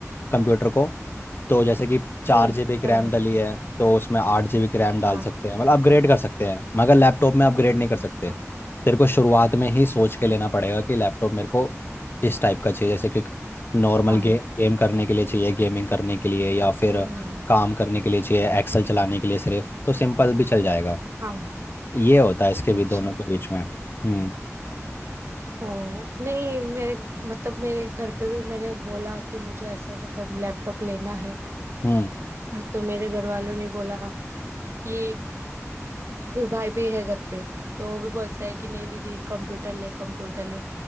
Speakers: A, on the left; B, on the right.
A: कंप्यूटर को तो जैसे कि चार
B: हम्म
A: जीबी की
B: बरोबर
A: रैम डली है तो उसमें आठ जीबी की रैम डाल
B: हाँ
A: सकते हैं मतलब अपग्रेड कर सकते हैं मगर लैपटॉप में अपग्रेड नहीं कर सकते
B: हाँ
A: तेरे को शुरुआत में ही सोच के लेना पड़ेगा कि लैपटॉप मेरे को इस टाइप का चाहिए जैसे कि नॉर्मल
B: हाँ
A: गे, गेम करने के लिए चाहिए गेमिंग करने के लिए या फिर
B: हम्म,
A: काम करने के लिए चाहिए एक्सेल चलाने के लिए सिर्फ तो सिंपल भी चल जाएगा
B: हाँ
A: ये होता है इसके भी
B: अच्छा
A: दोनों के बीच में हम्म
B: ओ नहीं मेरे मतलब मेरे घर पे भी मैंने बोला कि मुझे ऐसा ऐसा कम लैपटॉप लेना है
A: हम्म
B: तो मेरे घर वालों ने बोला कि अभी भाई भी है घर पे तो वो भी बोलता है कि नहीं दीदी कंप्यूटर ले कंप्यूटर ले